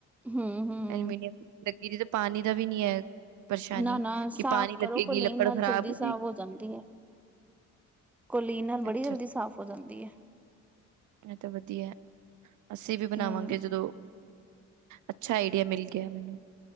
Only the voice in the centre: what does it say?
ਹੂੰ ਹੂੰ
ਨਾ ਨਾ
ਸਾਫ਼
ਕਰੋ
ਕਲੇਨ
ਨਾਲ।
ਜਲਦੀ
ਸਾਫ਼ ਹੋ ਜਾਂਦੀ ਹੈ। ਕੋਲੀਨ ਨਾਲ ਬੜੀ
ਜਲਦੀ
ਸਾਫ਼ ਹੋ ਜਾਂਦੀ ਏ।
ਹੂੰ